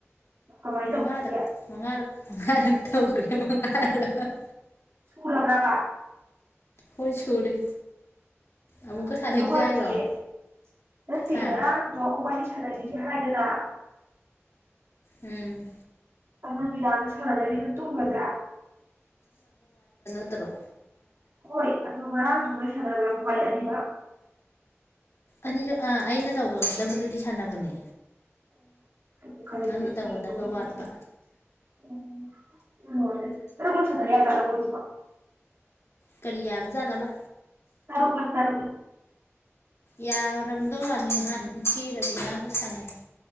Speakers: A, on the right; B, on the left.
A: ꯀꯃꯥꯏꯅ
B: ꯃꯉꯥꯔꯛ
A: ꯇꯧꯕꯤꯁꯤꯒꯦ
B: ꯃꯉꯥꯔꯛ ꯑ ꯇꯧꯒꯔ꯭ꯦ ꯃꯉꯥ ꯔꯛ
A: ꯁꯨꯔꯕ꯭ꯔꯕ
B: ꯍꯣꯏ ꯁꯨꯔꯦ
A: ꯍꯩꯃꯥ
B: ꯑꯃꯨꯛ
A: ꯁꯨꯔꯝꯗꯧ
B: ꯌꯥꯏꯔꯣ
A: ꯃꯥꯟꯗꯤꯌꯦ ꯅꯠꯇꯦ
B: ꯍꯥ
A: ꯉꯔꯥꯡꯗꯣ ꯈꯣꯕꯥꯅꯤ ꯁꯥꯟꯅꯒꯤꯖꯦ ꯍꯥꯏꯗꯅ <inaudible>
B: ꯎꯝ
A: ꯑꯥꯅꯨ ꯕꯤꯗꯥꯗꯨ ꯁꯥꯟꯅꯕꯤꯗꯨꯝ ꯇꯨꯝꯒꯗ꯭ꯔꯥ
B: ꯇꯔꯣ
A: ꯍꯣꯏ ꯑꯗꯨ ꯉꯔꯥꯡꯗꯨ ꯁꯥꯅꯕꯔꯥ ꯈꯣꯕꯅꯤ ꯑꯅꯤꯃꯛ
B: ꯑꯅꯤꯔꯛ ꯑ ꯩꯅ ꯇꯧꯒꯗꯕꯗꯨꯗꯤ ꯁꯥꯟꯅꯕꯅꯦ
A: ꯑꯣ ꯈꯔꯁꯦ
B: ꯅꯪꯅ ꯇꯧꯒꯗꯕ
A: ꯁꯤ ꯑꯣꯏꯗ꯭ꯔꯗꯤ
B: ꯋꯥꯠꯄ
A: <unintelligible> ꯁꯥꯟꯅ ꯌꯥ ꯖꯥꯠꯂꯣ ꯃꯣꯏꯁꯤꯕꯣ
B: ꯀꯔꯤ ꯌꯥꯕꯖꯥꯠꯂꯕ
A: ꯇꯔꯨꯛꯂꯛ ꯇꯔꯨꯛꯂ
B: ꯌꯥꯔꯝ ꯇꯣꯉꯥꯟꯅꯤ ꯍꯥꯟ ꯏꯆꯦ ꯔꯕꯤꯅꯥꯒ ꯁꯥꯟꯅꯩꯩ